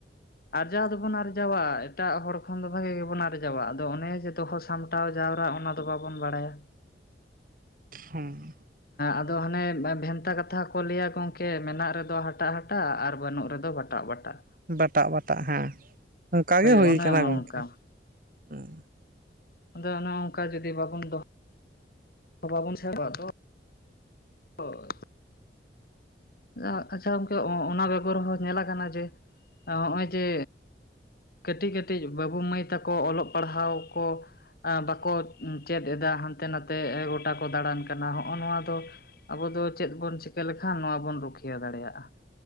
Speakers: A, on the left; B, on the right.
A: ᱟᱨᱡᱟᱣ ᱫᱚᱵᱚᱱ ᱟᱨᱡᱟᱣᱟ, ᱮᱴᱟᱜ ᱦᱚᱲ ᱠᱷᱚᱱ ᱫᱚ ᱵᱷᱟᱜᱮ ᱜᱮᱵᱚᱱ ᱟᱨᱡᱟᱣᱟ ᱟᱫᱚ ᱚᱱᱮ ᱡᱮ ᱫᱚᱦᱚ ᱥᱟᱢ ᱠᱟᱴᱟᱣ ᱡᱟᱣᱨᱟ ᱚᱱᱟ ᱫᱚ ᱵᱟᱵᱚᱱ ᱵᱟᱲᱟᱭᱟ᱾
B: ᱦᱩᱸ
A: ᱟᱫᱚ ᱦᱟᱱᱮ ᱵᱷᱮᱱᱛᱟ ᱠᱟᱛᱷᱟ ᱠᱚ ᱞᱟᱹᱭᱟ‌ ᱠᱚ ᱾ ᱠᱮ ᱢᱮᱱᱟᱜ ᱨᱮᱫᱚ ᱦᱟᱴᱟᱜ-ᱦᱟᱴᱟᱜ ᱟᱨ ᱵᱟᱹᱱᱩᱜ ᱨᱮᱫᱚ ᱵᱟᱴᱟᱜ-ᱵᱟᱴᱟᱜ᱾
B: ᱵᱟᱴᱟᱜ-ᱵᱟᱴᱟᱜ ᱦᱮᱸ, ᱚᱝᱠᱟ ᱜᱮ ᱦᱳᱭ
A: ᱚᱱᱮ ᱚᱱᱠᱟ
B: ᱠᱟᱱᱟ ᱜᱚᱝᱠᱮ᱾ ᱦᱮᱸ
A: ᱟᱫᱚ ᱚᱱᱮ ᱚᱝᱠᱟ ᱡᱩᱫᱤ ᱵᱟᱵᱚᱱ ᱫᱚᱦ ᱵᱟᱵᱚᱱ <unintelligible> ᱫᱚ ᱦᱳᱭ᱾ <unintelligible> ᱟᱪᱪᱷᱟ ᱜᱚᱝᱠᱮ ᱚ-ᱚᱱᱟ ᱵᱮᱜᱚᱨ ᱦᱚᱸ ᱧᱮᱞ ᱠᱟᱱᱟ ᱡᱮ, ᱦᱚᱸᱜᱼᱚᱭ ᱡᱮ ᱠᱟᱹᱴᱤᱜ ᱠᱟᱹᱴᱤᱜ ᱵᱟᱹᱵᱩ ᱢᱟᱹᱭ ᱛᱟᱠᱚ ᱚᱞᱚᱜ ᱯᱟᱲᱦᱟᱣ ᱠᱚ ᱟ ᱵᱟᱠᱚ ᱪᱮᱫ ᱮᱫᱟ ᱦᱟᱱᱛᱮ ᱱᱟᱛᱮ ᱜᱚᱴᱟ ᱠᱚ ᱫᱟᱬᱟᱱ ᱠᱟᱱᱟ, ᱦᱚᱜ ᱱᱚᱣᱟ ᱫᱚ ᱟᱵᱚ ᱫᱚ ᱪᱮᱫ ᱵᱚᱱ ᱪᱤᱠᱟᱹ ᱞᱮᱠᱷᱟᱱ, ᱱᱚᱣᱟ ᱵᱚᱱ ᱨᱩᱠᱷᱤᱭᱟᱹ ᱫᱟᱲᱮᱭᱟᱜᱼᱟ᱾